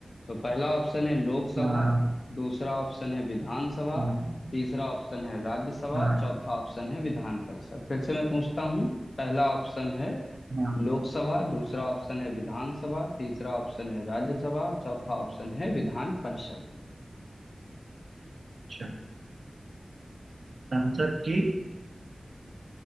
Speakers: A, on the left (about 70°); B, on the right (about 65°).
A: तो पहला ऑप्शन है लोकसभा
B: हाँ
A: दूसरा ऑप्शन है विधानसभा
B: हाँ
A: तीसरा ऑप्शन है राज्यसभा
B: हाँ
A: चौथा ऑप्शन है विधान परिषद फिर से मैं पूछता हूँ पहला ऑप्शन है
B: हाँ
A: लोकसभा दूसरा ऑप्शन है विधानसभा तीसरा ऑप्शन है राज्यसभा और चौथा ऑप्शन है विधान परिषद
B: अच्छा संसद की